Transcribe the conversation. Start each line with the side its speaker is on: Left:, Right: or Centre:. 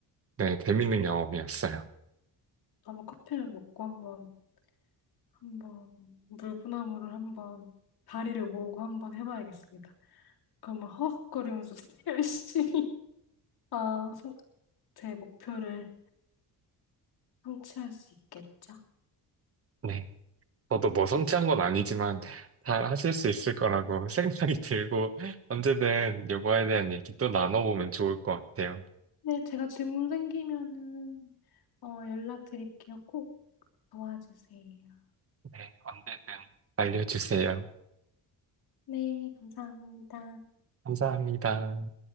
Right: 네, 재밌는 경험이었어요.
Left: 한번 커피를 먹고 한번, 한번, 물구나무를 한번, 다리를 모으고 한번 해봐야겠습니다. 그러면 허헉거리면서 <laughs> 열심히. 아, 성- 제 목표를 성취할 수 있겠죠?
Right: 네. 저도 뭐 성취한 건 아니지만, 잘 하실 수 있을 거라고 <laughs> 생각이 들고, 언제든 요거에 대한 얘기 또 나눠보면 좋을 것 같아요.
Left: 네, 제가 질문 생기면은 어, 연락드릴게요. 꼭 도와주세요.
Right: 네, 언제든 알려주세요.
Left: 네, 감사합니다.
Right: 감사합니다.